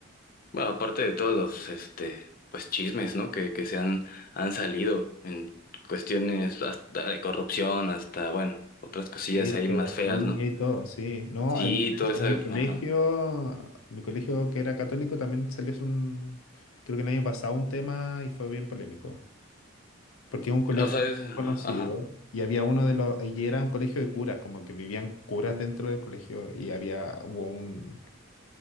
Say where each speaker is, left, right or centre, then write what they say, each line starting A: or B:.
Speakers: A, on the left; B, on the left.
A: Bueno, aparte de todos los este pues chismes, ¿no? Que, que se han, han salido en cuestiones hasta de corrupción, hasta, bueno, otras cosillas
B: Sí, de
A: ahí
B: pedofilia
A: más feas, ¿no?
B: y todo, sí. No,
A: Sí,
B: en,
A: todo
B: en
A: eso,
B: mi colegio,
A: ajá.
B: en mi colegio que era católico también salió hace un, creo que el año pasado un tema y fue bien polémico, porque es un colegio
A: O sea, es-
B: bien conocido
A: ajá.
B: y había uno de los, y era un colegio de curas, como que vivían curas dentro del colegio y había, hubo un,